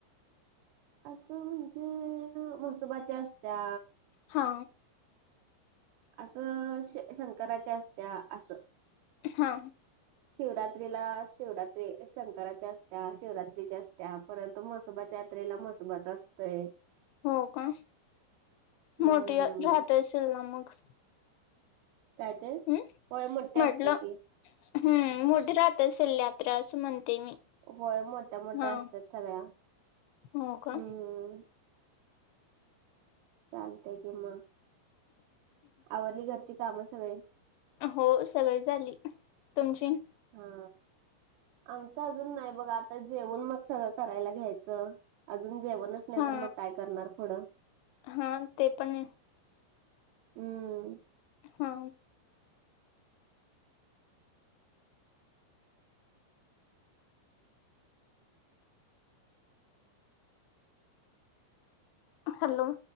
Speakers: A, on the right; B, on the left.
A: असं म्हणजे मसोबाच्या असत्या.
B: हा.
A: असं श शंकराच्या असत्या असं.
B: हा.
A: शिवरात्रीला शिवरात्री शंकराच्या असत्या शिवरात्रीच्या असत्या परंतु महसोबाच्या जत्रेला मजबच असतय.
B: हो का
A: हम्म
B: मोठी राहता ये असल ना मग
A: काय ते
B: हम्
A: होय मोठे
B: म्हटलं
A: असते की
B: हम्म मोठे राहात असेल यात्रा असं म्हणते मी
A: होय मोठ्या मोठ्या
B: हा
A: असतात सगळ्या
B: हो का
A: हम्म. चालतय कि म आवरली घरची काम सगळी.
B: हो सगळी झाली तुमची?
A: हा आमच अजून नाही बघ आता जेवून मग सगळं करायला घ्यायचं. अजून जेवणच नाही
B: हा
A: तर मग काय करणार पुढं
B: हा ते पण
A: हम्म
B: हा. हॅलो.